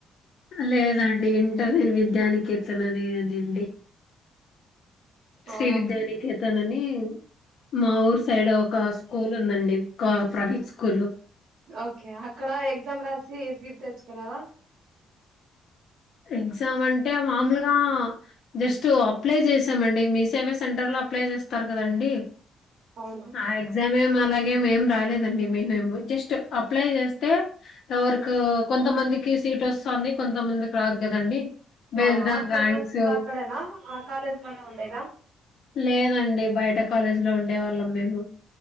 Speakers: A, on the left; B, on the right.
A: లేదండి ఇంటర్ నేను విద్యానికి స్తుననేదండి
B: అవునా
A: శ్రీ విద్యానికేతనని మా ఊరి సైడో ఒక స్కూల్ ఉందండి ఒక ప్రైవేట్ స్కూలు
B: ఓకే అక్కడ ఎగ్జామ్ రాస్త ఫ్రీ సీట్ తేచ్చుకున్నారా
A: ఎగ్జామ్ అంటే మామూలుగా జస్ట్ అప్లై చేసామండి మీ సేవా సెంటర్ లో అప్లై చేస్తారు కదండి
B: అవునా
A: ఆ ఎక్సమ్ మే అలాగే మేం రాలేదండి మేమ్ జస్ట్ అప్లై చేస్తే వరకు కొంతమందికి సీట్ వస్తాన్ది కొంతమంది రాదు కదండి బేస్డ్
B: అవునా హాస్టల్లో
A: ఆ ర్యాంక్స్
B: అక్కడేనా ఆ కాలేజ్ లోనే ఉండేదా
A: లేదండి బయట కాలేజ్ లో ఉండే వాళ్ళం మేము